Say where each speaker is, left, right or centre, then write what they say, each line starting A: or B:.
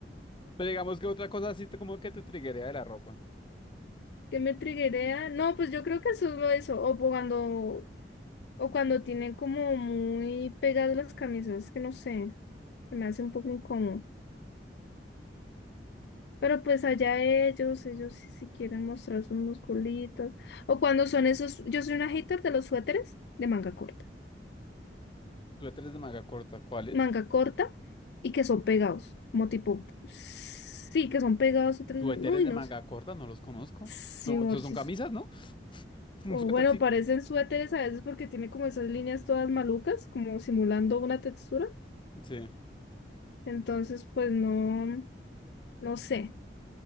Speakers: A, on the left; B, on the left.
A: Pero digamos que otra cosa así te- como que te triguería de la ropa.
B: ¿Qué me triguea? No, pues yo creo que eso es lo de eso. O po- cuando, o cuando tienen como muy pegadas las camisas, que no sé, se me hace un poco incómodo. Pero pues allá ellos, ellos si, si quieren mostrar sus musculitos. O cuando son esos, yo soy una hater de los suéteres de manga corta.
A: Suéteres de manga corta, ¿cuáles?
B: Manga corta y que son pegados. Como tipo, sí, que son pegados otros.
A: Suéteres
B: Uy,
A: de
B: no
A: manga
B: sé.
A: corta, no los conozco.
B: Sí,
A: Son,
B: Morchis.
A: son, son camisas, ¿no? <laughs> Un
B: O
A: suéter
B: bueno,
A: sin...
B: parecen suéteres a veces porque tiene como esas líneas todas malucas, como simulando una textura.
A: Sí,
B: Entonces, pues no, no sé.